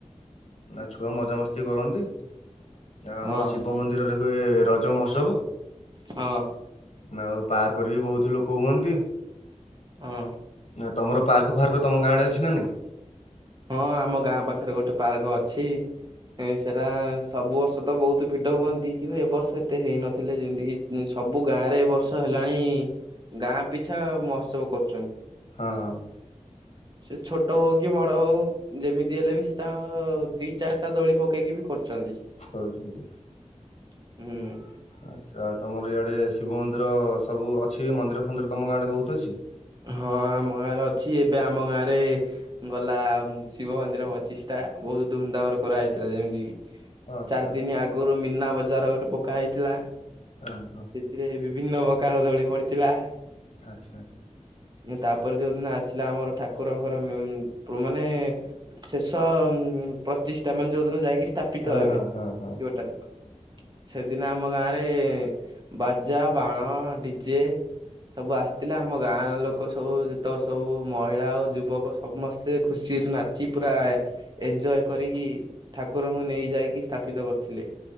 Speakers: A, on the left; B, on the right.
A: ନା ଛୁଆ ମଜା ମସ୍ତି କରନ୍ତି। ନା ଆମର
B: ହଁ
A: ଶିବ ମନ୍ଦିରରେ ହୁଏ ରଜ ମହୋତ୍ସବ।
B: ହଁ।
A: ଆଉ ପାର୍କରେ ବି ବହୁତ ଲୋକ ହୁଅନ୍ତି।
B: ହଁ।
A: ନା ତମର ପାର୍କ ଫାର୍କ ତମ ଗାଁ ଆଡେ ଅଛି ନାହିଁ।
B: ହଁ ଆମ ଗାଁ ପାଖରେ ଗୋଟେ ପାର୍କ ଅଛି। ସେରା ସବୁ ବର୍ଷ ତ ବହୁତ ଭିଡ ହୁଅନ୍ତି କିନ୍ତୁ ଏ ବର୍ଷ ଏତେ ହେଇନଥିଲେ ଯେମିତି କି ସବୁ ଗାଁ ରେ ଏ ବର୍ଷ ହେଲାଣି ଗାଁ ପିଛା ମହୋତ୍ସବ କରୁଛନ୍ତି।
A: ହଁ ହଁ।
B: ସେ ଛୋଟ ହଉ କି ବଡ ହଉ। ଯେମିତି ହେଲେ ବି ସେ ତା ଦି ଚାରିଟା ଦୋଳି ପକେଇକି ବି କରୁଛନ୍ତି।
A: କରୁଚନ୍ତି।
B: ହୁଁ।
A: ଆଚ୍ଛା ଆଉ ତମର ଇଆଡେ ଶିବ ମନ୍ଦିର ସବୁ ଅଛି ମନ୍ଦିର ଫନ୍ଦିର ତମ ଗାଁଆଡେ ବହୁତ ଅଛି।
B: ହଁ ଆମ ଗାଁରେ ଅଛି ଏବେ ଆମ ଗାଁ ରେ ଗଲା ଶିବ ମନ୍ଦିର ପଚିଶ ଟା ବହୁତ ଧୁମଧାମରେ କରାହେଇଥିଲା ଯେମିତି କି?
A: ଆଚ୍ଛା
B: ଚାରି ଦିନି ଆଗରୁ ମନା ବଜାର ଗୋଟେ ପକା ହେଇଥିଲା।
A: ହଁ ହଁ।
B: ସେଥିରେ ବିଭିନ୍ନ ପ୍ରକାର ଦୋଳି ପଡିଥିଲା।
A: ଆଚ୍ଛା।
B: ତାପରେ ଯୋଉଦିନ ଆସିଲା ଆମର ଠାକୁରଙ୍କର ପ୍ରୁ ମାନେ ଶେଷ ଉ ପ୍ରତିଷ୍ଠା ମାନେ ଯୋଉଦିନ ଯାଇକି ସ୍ଥାପିତ
A: ହଁ
B: ହେବେ
A: ହଁ ହଁ ହଁ।
B: ଶିବ ଟାକୁର। ସେଦିନ ଆମ ଗାଁରେ ବାଜା ବାଣ ଡିଜେ ସବୁ ଆସିଥିଲା ଆମ ଗାଁ ଲୋକ ସବୁ ଯେତେବେଳେ ସବୁ ମହିଳା ଆଉ ଯୁବକ ସମସ୍ତେ ଖୁସିରେ ନା ଚି ପୁରା ଏଞ୍ଜୟ କରିକି ଠାକୁରଙ୍କୁ ନେଇ ଯାଇକି ସ୍ଥାପିତ କରିଥିଲେ।